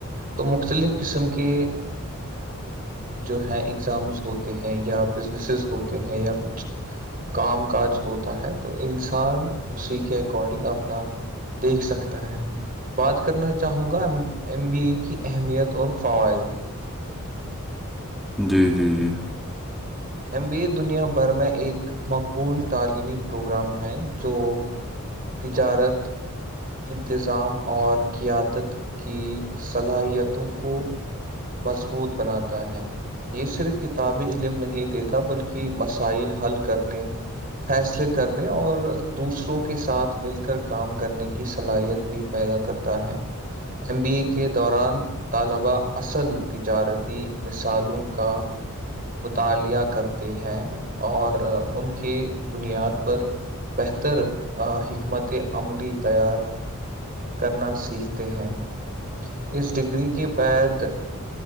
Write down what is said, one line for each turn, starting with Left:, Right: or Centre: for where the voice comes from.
Right: تو مختلف قسم کے جو ہیں ایگزامز ہوتے ہیں یا بزنسز ہوتے ہیں یا کچھ کام کاج ہوتا ہے تو انسان اسی کے اکارڈنگ اپنا دیکھ سکتا ہے بات کرنا چاہوں گا ایم بی اے کی اہمیت اور فوائد
Centre: جی جی جی
Right: ایم بی اے دنیا بھر میں ایک مقبول تعلیمی پروگرام ہیں جو ت چ عرت انتظام اور قیادت کی صلاحیتوں کو مضبوط بناتا ہے یہ صرف کتابی علم نہیں دیتا بلکہ مسائل حل کرنے فیصلے کرنے اور دوسروں کے ساتھ مل کر کام کرنے کی صلاحیت بھی پیدا کرتا ہے ایم بی اے کے دوران طلبا اصل تجارتی مثالوں کا مطالعہ کرتے ہیں اور ان کے بنیاد پر بہتر حکمت عملی تیار کرنا سیکھتے ہیں اس ڈگری کے بعد